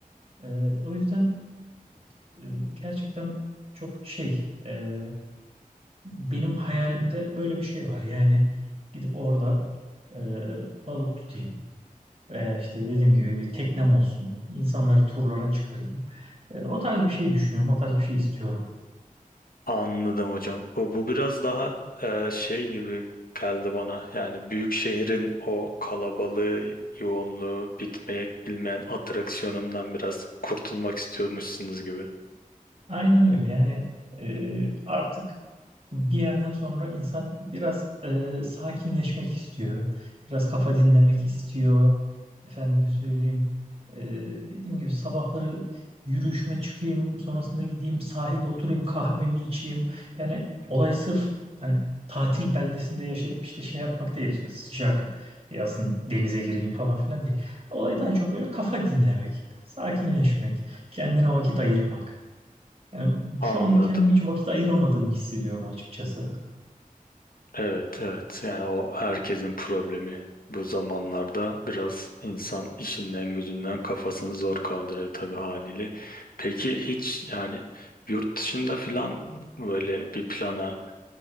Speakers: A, on the right (about 40°); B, on the left (about 80°).
A: E, o yüzden e, gerçekten çok şey e, benim hayalimde böyle bir şey var. Yani gidip orada e, balık tutayım. Veya işte dediğim gibi bir teknem olsun. İnsanları turlara çıkarayım. E, o tarz bir şey düşünüyorum. O tarz bir şey istiyorum.
B: Anladım hocam. Bu, bu biraz daha e, şey gibi geldi bana. Yani büyük şehrin o kalabalığı, yoğunluğu, bitmek bilmeyen atraksiyonundan biraz kurtulmak istiyormuşsunuz gibi.
A: Aynen öyle. Yani e, artık bir yerden sonra insan biraz e, sakinleşmek istiyor. Biraz kafa dinlemek istiyor. Efendime söyleyeyim. e, dediğim gibi sabahları yürüyüşüme çıkayım, sonrasında gideyim sahilde oturayım kahvemi içeyim. Yani olay sırf hani tatil beldesinde yaşayıp işte şey yapmak değil işte sıcak yazın denize gireyim falan filan değil. Olay daha çok böyle kafa dinlemek, sakinleşmek, kendine vakit ayırmak. Yani
B: Anladım.
A: şu anda kendime hiç vakit ayıramadığımı hissediyorum açıkçası.
B: Evet, evet. Yani o herkesin problemi. Bu zamanlarda biraz insan işinden gücünden kafasını zor kaldırıyor tabii haliyle. Peki hiç yani yurt dışında filan böyle bir plana